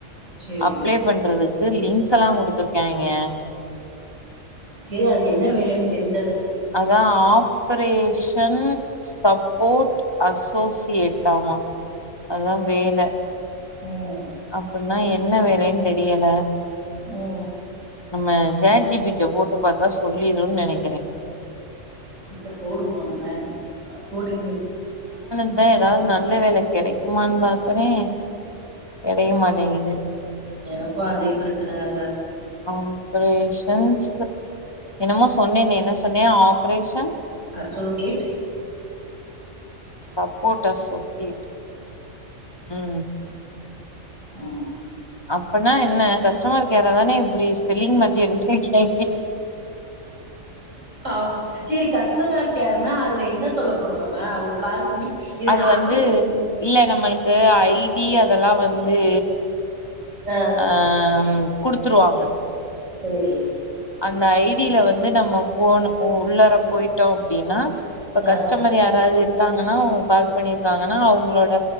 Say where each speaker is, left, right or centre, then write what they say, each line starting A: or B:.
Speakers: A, on the right; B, on the left.
A: சேரி
B: அப்ளை பண்றதுக்கு எதோ லிங்க் எல்லாம் கொடுத்துருக்காங்கய
A: சேரி அது என்ன வேலைன்னு தெரிஞ்சு
B: அதான் ஆப்பரேஷன் சப் கோட் அசோசியேட்டாமா அதா வேல
A: ம்
B: அப்புனா என் என்ன வேலைன் தெரியல
A: உ உ
B: நம்ம ஜேட் ஜிபிட்ட போட்டு பாத்தா சொல்லிருன் நெனைக்கிறே
A: இந்த போடு போடுமே போட்டு கேளு
B: ஆ ஏதாவது நல்ல வேல கெடைக்குமானு பாக்குறே கெடைக மாட்டேங்குது
A: எனக்கு அதே பிரச்சன தாங்க
B: ஆப்ரேஷன்ஸ் என்னமோ சொன்னேனே என்ன சொன்னே ஆப்ரேஷன்
A: அசோஸியேட்
B: சப்போட்டர்ஸ்ஸோ ஏட் உ
A: உ
B: அப்பன்னா என்ன கஸ்டமர் கேர தானே இப்படி ஸ்பெல்லிங் மாத்தி <unintelligible>
A: ஆமா சேரி கஷ்டமர்கேர்னா அதுல என்ன சொல்ல போறோ நம்ம ஒரு கால் பண்ணி இதுக்கு
B: அது
A: ஆர்டர்
B: வந்து
A: குடுங்க
B: இல்ல நம்மளுக்கு ஐ டீ அதெல்லா வந்து
A: ஆ ஆ
B: ஆம் குடுத்துருவாங்க
A: சேரி
B: அந்த ஐடில வந்து நம்ம போணபோ உள்ளாற போயிட்டோ அப்டின்னா இப்ப
A: ஆ
B: கஷ்டமர் யாராது இருக்காங்கனா அவங்க கால் பண்ணிருக்காங்கனா அவங்களோட